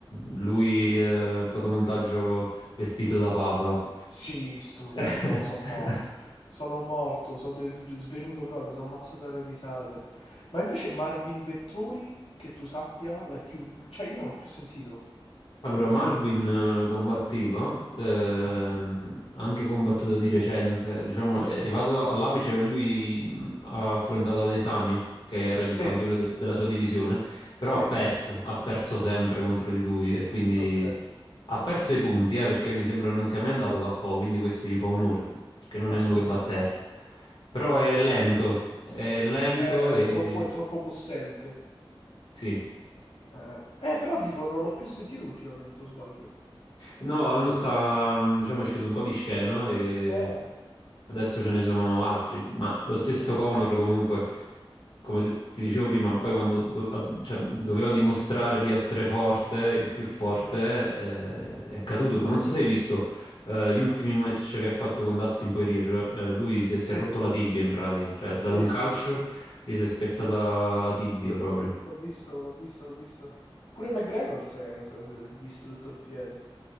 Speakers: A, on the left (about 60°); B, on the left (about 85°).
A: lui, eh, fotomontaggio vestito da papa.
B: Sì, stupendo.
A: <laughs>
B: No, sono morto. Sono morto, sono de- svenuto proprio, sono ammazzato dalle risate. Ma invece Marvin Vettori, che tu sappia, l'hai più... Cioè, io non l'ho più sentito.
A: Allora, Marvin eh, combatteva, ehm,
B: Ah.
A: anche combattuto di recente, diciamo, è arrivato all'apice, lui mh, ha affrontato Adesanya, che era il
B: Sì,
A: campione de- della sua divisione, però
B: sì,
A: ha perso, ha perso sempre contro di lui e quindi
B: ok,
A: ha perso i punti, eh, perché mi sembra non sia mai andato KO, quindi questo gli fa onore, perché non
B: assolutamente.
A: è uno che va a terra. Però è
B: Assolutamente.
A: lento, è lento
B: Eh,
A: e...
B: è troppo, è troppo Poi... possente.
A: Sì,
B: Eh, eh. Eh, però dico, non l'ho più sentito ultimamente, o sbaglio.
A: No, l'anno sta, mm, diciamo, è uscito un po' di scena e
B: Eh,
A: adesso ce ne sono altri, ma lo stesso
B: eh,
A: Connor comunque, come te- ti dicevo prima, poi quando do- a- cioè, doveva dimostrare di essere forte, il più forte,
B: ah.
A: eh, è caduto. Ma non so se hai visto eh, gli ultimi match che ha fatto con Dustin Poirier, eh, lui si, è
B: Sì,
A: si è rotto la tibia in pratica, cioè ha dato
B: sì, Eh,
A: un
B: sì,
A: calcio,
B: sì, sì. sì.
A: gli si è spezzata la tibia proprio.
B: L'ho visto, l'ho visto, l'ho visto. Pure McGregor si è, si è- si è distrutto il piede.